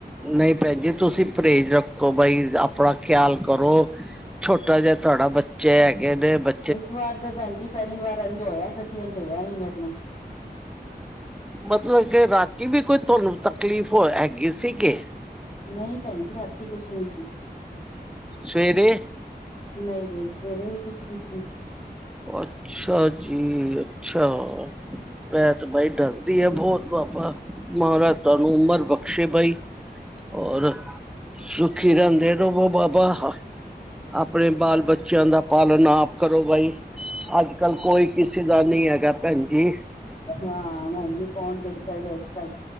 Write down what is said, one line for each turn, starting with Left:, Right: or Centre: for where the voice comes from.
Centre: ਨਹੀਂ ਭੈਣ ਜੀ ਤੁਸੀਂ ਪਰਹੇਜ਼ ਰੱਖੋ ਬਈ ਆਪਣਾ ਖਿਆਲ ਕਰੋ। ਛੋਟਾ ਜਿਹਾ ਤੁਹਾਡਾ ਬੱਚੇ ਹੈਗੇ ਨੇ ਬਚ
Left: ਇਸ ਵਾਰ ਤੇ ਭੈਣ ਜੀ ਪਹਿਲੀ ਵਾਰ ਇੰਝ ਹੋਇਆ ਕਦੀ ਇੰਜ ਹੋਇਆ ਨੀ ਮੇਰੇ ਨਾ।
Centre: ਮਤਲਬ ਕੇ ਰਾਤੀ ਵੀ ਕੋਈ ਤੁਹਾਨੂੰ ਤਕਲੀਫ਼ ਹੋ ਹੈਗੀ ਸੀ ਕਿ?
Left: ਨਹੀਂ ਭੈਣ ਜੀ ਰਾਤੀ ਕੁਛ ਨੀ ਸੀ।
Centre: ਸਵੇਰੇ?
Left: ਨਹੀਂ-ਨਹੀਂ ਸਵੇਰੇ ਵੀ ਕੁਝ ਨੀ ਸੀ।
Centre: ਅੱਛਾ ਜੀ ਅੱਛਾ, ਮੈਂ ਤਾਂ ਬਈ ਡਰ ਦੀ ਆ ਬੋਤ ਬਾਪਾ, ਮਾਰਾਜ ਤੁਹਾਨੂੰ ਉਮਰ ਬਖਸ਼ੇ ਬਈ। ਔਰ, ਸੁਖੀ ਰਹਿੰਦੇ। ਕਰੋ ਵੋ ਬਾਬਾ, ਆਪਣੇ ਬਾਲ ਬੱਚਿਆਂ ਦਾ ਪਾਲਣ ਆਪ ਕਰੋ ਬਾਈ। ਅੱਜਕੱਲ ਕੋਈ ਕਿਸੇ ਦਾ ਨੀ ਹੈਗਾ ਭੈਣ ਜੀ।
Left: ਹਾਂ ਹਾਂਜੀ ਕੌਣ ਦੇਖਦਾ ਜੇ ਅੱਜਕੱਲ।